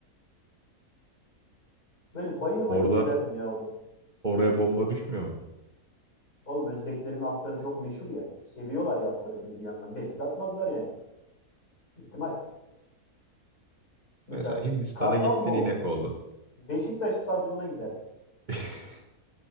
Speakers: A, on the left; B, on the right.
A: Böyle bayır bayır
B: Orada
A: gezerdim ya orada.
B: oraya bomba düşmüyor mu?
A: Oğlum Özbeklerin atları çok meşhur ya. Seviyorlar ya atları bir de bir yandan. Belki de atmazlar yani. İhtimal. Mesela
B: Mesela Hindistan'a
A: Kartal
B: gittin
A: mı oldum?
B: inek oldun.
A: Beşiktaş stadyumuna giderdim.
B: <laughs>